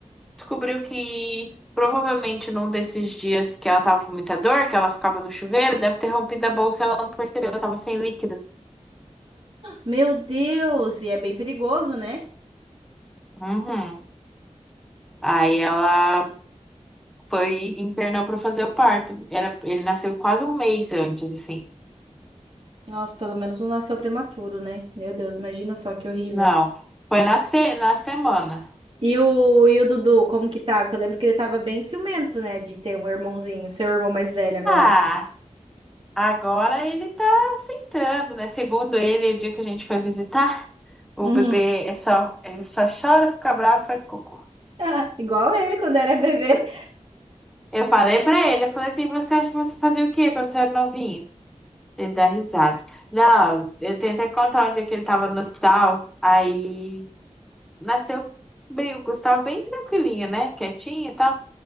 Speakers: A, in the centre; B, on the right.
A: Descobriu que provavelmente num desses dias que ela tava com muita dor, que ela ficava no chuveiro, deve ter rompido a bolsa, ela não percebeu, ela tava sem líquido.
B: Meu Deus, e é bem perigoso, né?
A: Uhum. Aí ela foi internou pra fazer o parto. Era, ele nasceu quase um mês antes, assim.
B: Nossa, pelo menos não nasceu prematuro, né? Meu Deus, imagina só que horrível.
A: Não, foi na, se na semana.
B: E o, e o Dudu, como que tá? Porque eu lembro que ele tava bem ciumento, né? De ter um irmãozinho, seu irmão mais velho agora.
A: Ah, agora ele tá aceitando, né? Segundo ele, o dia que a gente foi visitar, o
B: Uhum.
A: bebê é só, ele só chora, fica bravo, e faz cocô.
B: <laughs> Igual ele quando era bebê.
A: Eu falei pra ele, eu falei assim, você acha que você fazia o quê quando você era novinho? Ele dá risada. Não, eu tenho até que contar um dia que ele tava no hospital, aí nasceu bem, o Gustavo bem tranquilinho, né? Quietinho e tal.